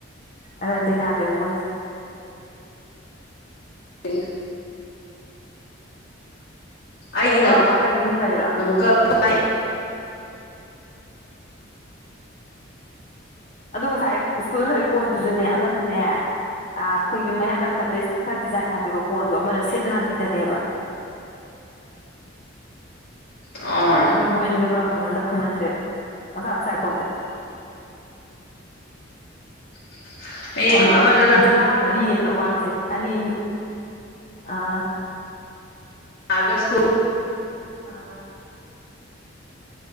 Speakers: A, on the left; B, on the left.
A: ꯑꯗꯨꯗꯤ ꯌꯥꯗꯦꯕ ꯃꯣꯏ
B: ꯎ ꯑꯩꯒꯤꯅ
A: ꯅꯪ ꯃꯄꯥꯟ ꯂꯩꯔ ꯏꯃꯨꯡ ꯂꯩꯔꯣ
B: ꯑꯃꯨꯛꯀ ꯍꯣꯏ
A: ꯑꯗꯣ ꯉꯁꯥꯏ ꯁ꯭ꯀꯨꯜꯗ ꯂꯩꯍꯧꯔꯤ ꯀꯣꯟꯗꯨꯁꯨꯅꯦ ꯑꯃꯅꯅꯦ ꯑ ꯑꯩꯈꯣꯏꯒꯤ ꯃꯌꯥꯠ ꯌꯥꯠꯄ ꯗꯥꯏꯄꯇꯥ ꯈꯔ ꯗꯤꯖꯥꯏꯟ ꯍꯥꯞꯄꯤꯀꯣ ꯀꯣꯟꯗꯣ ꯑꯃꯅ ꯁꯤꯠ ꯅꯥꯟꯕꯤꯗꯅꯦꯕ
B: ꯑꯥ
A: ꯑ ꯃꯣꯏ ꯑꯅꯤꯗꯣ ꯀꯔꯝ ꯀꯔꯝꯕꯝꯗ ꯈꯪꯅꯗ꯭ꯔꯦꯕ ꯃꯁꯥ ꯃꯁꯥꯒꯤ ꯄꯣꯟꯗꯣ
B: <unintelligible>
A: ꯀꯩꯅꯣ
B: ꯑꯃꯗꯣ
A: ꯖꯨꯔꯥ ꯃꯔꯤꯅꯦ ꯄꯨꯂꯞ ꯋꯥꯂꯤꯁꯦ ꯑꯅꯤ ꯑꯅꯤ ꯑꯥ
B: ꯑꯒ ꯁꯀꯨ
A: ꯑꯥ